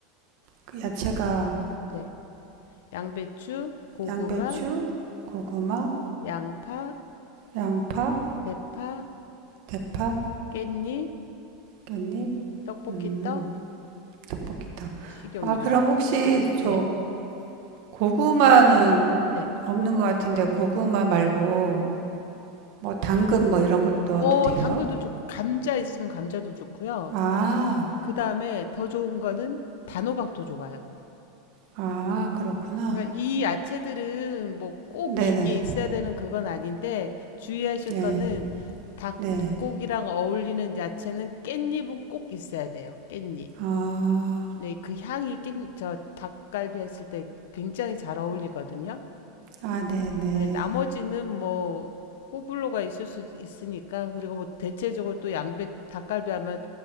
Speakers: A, on the right; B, on the left.
A: 그 야채가
B: 네. 양배추, 고구마,
A: 양배추, 고구마,
B: 양파,
A: 양파,
B: 대파,
A: 대파,
B: 깻잎,
A: 깻잎,
B: 떡볶이
A: 음,
B: 떡,
A: 떡볶이탕.
B: 식용유죠.
A: 아, 그럼 혹시 저
B: 네,
A: 고구마는
B: 네.
A: 없는 것 같은데 고구마 말고 뭐 당근 뭐 이런 것 넣어도
B: 오,
A: 돼요?
B: 당근도 좋고, 감자 있으면 감자도 좋고요.
A: 아,
B: 그 다음에 더 좋은 거는 단호박도 좋아요.
A: 아, 그렇구나.
B: 그러니까 이 야채들은 뭐 꼭
A: 네네,
B: 이게 있어야 되는 그건 아닌데, 주의하실
A: 예,
B: 거는 닭고기랑
A: 네.
B: 어울리는 야채는 깻잎은 꼭 있어야 돼요. 깻잎.
A: 아,
B: 네, 그 향이 깻, 저 닭갈비 했을 때 굉장히 잘 어울리거든요.
A: 아, 네네,
B: 네, 나머지는 뭐 호불호가 있을 수 있으니까 그리고 뭐 대체적으로 또 양배 닭갈비 하면